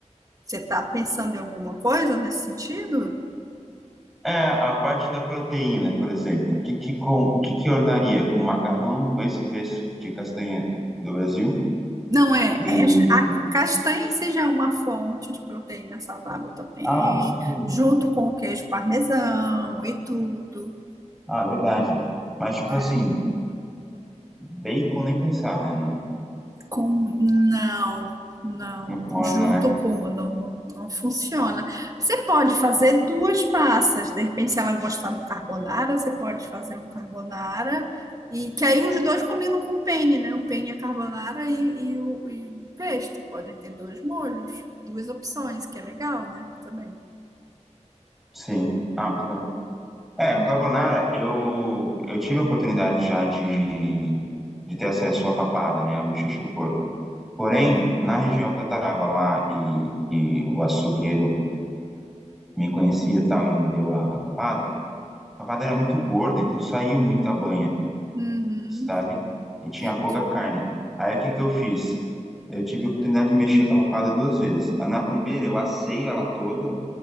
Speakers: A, on the right; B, in the centre.
A: Você está pensando em alguma coisa nesse sentido?
B: É, a parte da proteína, por exemplo. O que que, com, o que que ornaria com macarrão, com esse pesto de castanha do Brasil?
A: Não é,
B: E...
A: é- a castanha em si já é uma fonte de proteína saudável também,
B: Ah, sim.
A: junto com o queijo parmesão e tudo.
B: Ah, verdade. Mas, tipo
A: né?
B: assim, bacon nem pensar, né? Não
A: Com, não, não,
B: orna,
A: junto
B: né?
A: com, não, não, não funciona. Você pode fazer duas massas, de repente, se ela gostar do carbonara, você pode fazer um carbonara, e que aí os dois combinam com o penne, né? O penne é carbonara e, e o, e o pesto, podem ter dois molhos, duas opções, que é legal, né? Também.
B: Sim. Ah, muito bom. É,
A: Hum,
B: o carbonara, eu, eu tive a oportunidade já de, de ter acesso à papada, né, à bochecha do porco. Porém,
A: Uhum,
B: na região que eu tava lá e, e o açougueiro me conhecia e tal e me deu a papada, a papada era muito gorda, então saiu muita banha,
A: uhum,
B: sabe? E tinha
A: entendi.
B: pouca carne. Aí o que que eu fiz? Eu tive a oportunidade de mexer com a papada duas vezes. Na primeira, eu assei ela toda